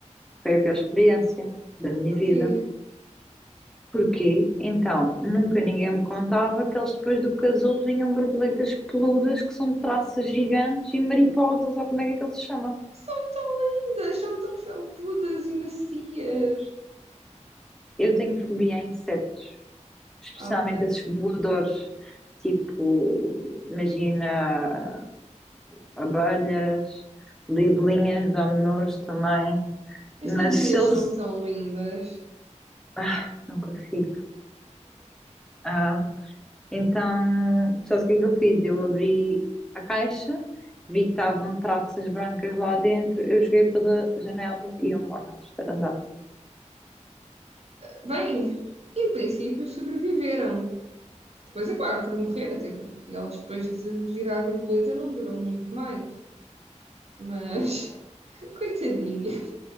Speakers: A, in the centre; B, on the right.
A: foi a pior experiência da minha
B: Porquê?
A: vida. Porquê? Então, nunca ninguém me contava que eles depois do casulo vinham borboletas peludas que são traças gigantes e mariposas, ou como é que aquilo se chama?
B: São tão lindas, são tão felpudas e macias.
A: Eu tenho fobia a insetos, especialmente
B: Ah, ok.
A: esses voadores, tipo, imagina abelhas, libelinhas, dão-me nojo também,
B: As
A: mas
B: libelinhas
A: se eles.
B: são tão lindas.
A: Ah, não consigo. Ah, então, sabes o que é que eu fiz? Eu abri a caixa, vi que estavam traças brancas lá dentro, eu joguei pela janela e eu moro no terceiro andar.
B: Bem, em princípio sobreviveram. Depois acabaram por morrer, até porque elas depois de virar borboleta não duram muito mais. Mas, <laughs> coitadinha.